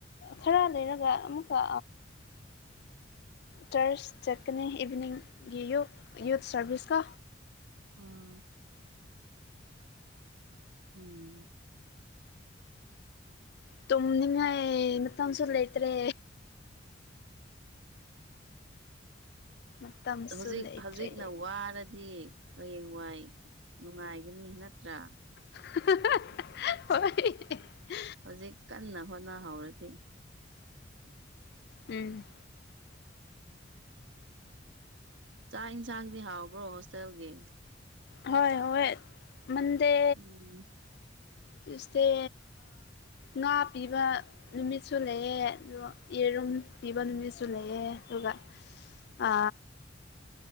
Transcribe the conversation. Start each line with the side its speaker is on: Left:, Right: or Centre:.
Left: ꯈꯔ ꯂꯩꯔꯒ ꯑꯃꯨꯛꯀ ꯇꯔꯁ ꯆꯠꯀꯅꯤ ꯏꯚꯤꯅꯤꯡꯒꯤ ꯌꯨ ꯌꯨꯠ ꯁꯥꯔꯚꯤꯁꯀ
Right: ꯑꯝ ꯎꯝ
Left: ꯇꯨꯝꯅꯤꯡꯉꯥꯏ ꯃꯇꯝꯁꯨ ꯂꯩꯇ꯭ꯔꯦ ꯃꯇꯝꯁꯨ
Right: ꯍꯧꯖꯤꯛ
Left: ꯂꯩꯇ꯭ꯔꯦ
Right: ꯍꯧꯖꯤꯛꯅ ꯋꯥꯔꯗꯤ ꯍꯌꯦꯡꯋꯥꯏ ꯅꯨꯡꯉꯥꯏꯒꯅꯤ ꯅꯠꯇ꯭ꯔꯥ
Left: ꯍ
Right: ꯍꯧꯖꯤꯛ ꯀꯟꯅ ꯍꯣꯠꯅꯍꯧꯔꯗꯤ
Left: ꯎꯝ
Right: ꯆꯥꯛ ꯌꯦꯟꯁꯥꯡꯗꯤ ꯍꯥꯎꯕ꯭ꯔꯣ ꯍꯣꯁꯇꯦꯜꯒꯤ
Left: ꯍꯣꯏ ꯍꯣꯏꯣꯏ ꯃꯗꯦ
Right: ꯎꯝ
Left: ꯇ꯭ꯌꯨꯁꯗꯦ ꯉꯥ ꯄꯤꯕ ꯅꯨꯃꯤꯠꯁꯨ ꯂꯩꯌꯦꯦ ꯑꯗꯣ ꯌꯦꯔꯨꯝ ꯄꯤꯕ ꯅꯨꯃꯤꯁꯨ ꯂꯩꯑꯦ ꯑꯗꯨꯒ ꯑ